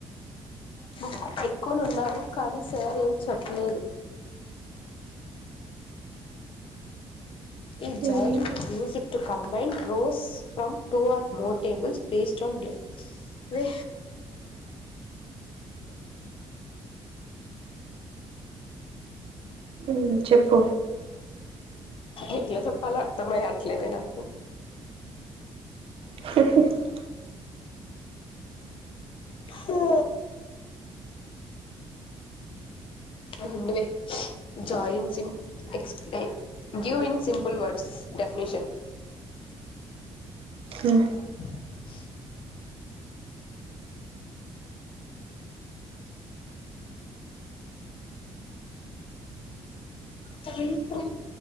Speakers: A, on the left (about 55°); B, on the right (about 60°).
A: బుక్కు పెట్టుకొని ఉన్నాను కానీ సార్ ఏం చెప్పలేదు ఈ
B: మ్మ్
A: join used to combine rows from two or more tables taste and వే
B: ఉమ్ చెప్పు
A: ఎట్ల చెప్పాల అర్తమే కావట్లేదే నాకు
B: <inaudible>
A: హా ఆ హుండవే joins in x ray give in simple words definition
B: మ్మ్
A: <inaudible> అంతో